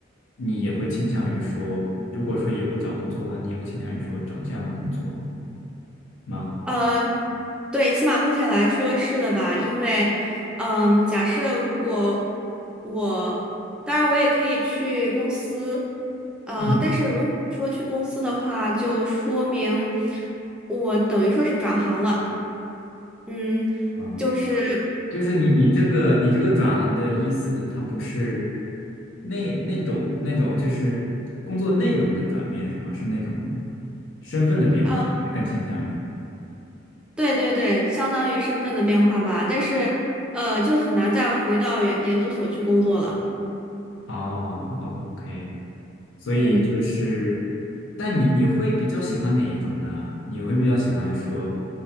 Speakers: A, on the left; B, in the centre.
A: 你也会倾向于说，如果说以后找工作的话，你也会倾向于说找这样的工作吗？
B: 呃，对，起码目前来说是的吧，因为，嗯，假设如果我，当然我也可以去公司，呃，
A: 嗯，
B: 但是如果说去公司的话，就说明我等于说是转行了，嗯，
A: 嗯，
B: 就是，
A: 就是你你这个你这个转行的意思，它不是那那种那种就是工作内容的转变是吗？是那种身份的变化，
B: 呃，
A: <laughs> 你更倾向于。
B: 对对对，相当于身份的变化吧，但是，呃，就很难再回到研研究所去工作了，
A: 哦，OK，所以就是，
B: 嗯。
A: 但你你会比较喜欢哪一种呢？你会比较喜欢说，